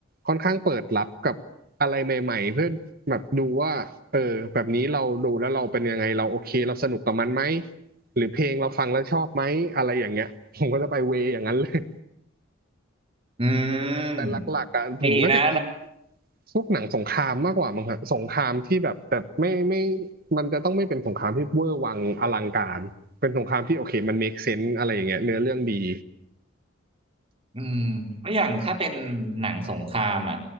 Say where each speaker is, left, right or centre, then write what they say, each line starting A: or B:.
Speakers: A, on the right; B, on the right.
A: ค่อนข้างเปิดรับกับอะไรใหม่ๆเพื่อแบบดูว่าเออแบบนี้เราดูแล้วเราเป็นยังไงเราโอเคเราสนุกกับมันไหมหรือเพลงเราฟังแล้วชอบไหมอะไรอย่างเงี้ยผมก็จะไปเวยอย่างนั้นเลย
B: อืม
A: แต่หลักๆอ่ะผมก็จะอิน
B: ดีนะ
A: พวกหนังสงครามมากกว่ามั้งฮะสงครามที่แบบแต่ไม่ไม่มันจะต้องไม่เป็นสงครามที่เวอร์วังอลังการเป็นสงครามที่โอเคมัน make sense อะไรอย่างเงี้ยเนื้อเรื่องดี
B: อืมแล้วอย่างถ้าเป็นหนังสงครามอ่ะ